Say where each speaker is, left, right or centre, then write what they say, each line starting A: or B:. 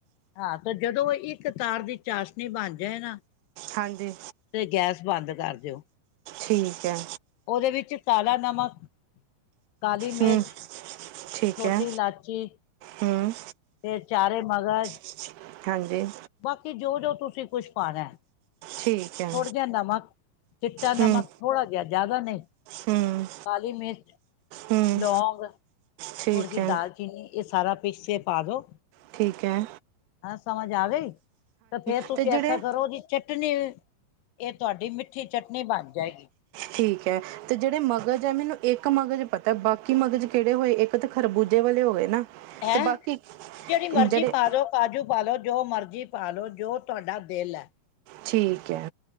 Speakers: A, on the left (about 75°); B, on the right (about 85°).
A: ਹਾਂ ਤੇ ਜਦੋਂ ਇੱਕ ਤਾਰ ਦੀ ਚਾਸਨੀ ਬਨ ਜਾਏ ਨਾ
B: ਹਾਂਜੀ।
A: ਤੇ ਗੈਸ ਬੰਦ ਕਰ ਦਿਓ।
B: ਠੀਕ ਐ।
A: ਓਦੇ ਵਿੱਚ ਕਾਲਾ ਨਮਕ ਕਾਲੀ ਮਿਰਚ,
B: ਹੂੰ ਠੀਕ
A: ਛੋਟੀ
B: ਹੈ
A: ਇਲਾਚੀ
B: ਹੂੰ
A: ਤੇ ਚਾਰੇ ਮਗਜ਼
B: <inaudible> ਹਾਂਜੀ।
A: ਬਾਕੀ ਜੋ-ਜੋ ਤੁਸੀਂ ਕੁਛ ਪਾਨੈ।
B: ਠੀਕ ਹੈ
A: ਥੁੜ ਜਾ ਨਮਕ, ਚਿੱਟਾ ਨਮਕ
B: ਹੂੰ
A: ਥੋੜ੍ਹਾ ਜਿਆ ਜਾਦਾ ਨੀ
B: ਹੂੰ
A: ਕਾਲੀ ਮਿਰਚ,
B: ਹੂੰ
A: ਲੌਂਗ
B: ਠੀਕ
A: ਥੋੜੀ ਜੀ
B: ਹੈ
A: ਦਾਲਚੀਨੀ ਏ ਸਾਰਾ ਪੀਸੇ ਪਾਦੋ।
B: ਠੀਕ ਐ।
A: ਹਾਂ ਸਮਝ ਆ ਗਈ ਤੇ, ਫੇਰ
B: ਅਤੇ
A: ਤੁਸੀਂ
B: ਜਿਹੜੇ
A: ਐਸਾ ਕਰੋ ਜੀ ਚਟਨੀ, ਏ ਤੁਹਾਡੀ ਮਿੱਠੀ ਚਟਨੀ ਬਨ ਜਾਏਗੀ।
B: ਠੀਕ ਐ। ਤੇ ਜੇੜੇ ਮਗਜ਼ ਐ, ਮੈਨੂੰ ਇੱਕ ਮਗਜ਼ ਪਤਾ ਬਾਕੀ ਮਗਜ਼ ਕੇੜੇ ਹੋਏ ਇੱਕ ਤੇ ਖਰਬੂਜੇ ਵਾਲੇ ਹੋ ਗਏ ਨਾ।
A: ਹੈਂ,
B: ਅਤੇ ਬਾਕੀ
A: ਜੇੜੀ ਮਰਜ਼ੀ
B: ਜਿਹੜੇ
A: ਪਾਦੋ। ਕਾਜੂ ਪਾਲੋ ਜੋ ਮਰਜ਼ੀ ਪਾਲੋ ਜੋ ਤੁਹਾਡਾ ਦਿਲ ਐ।
B: ਠੀਕ ਐ।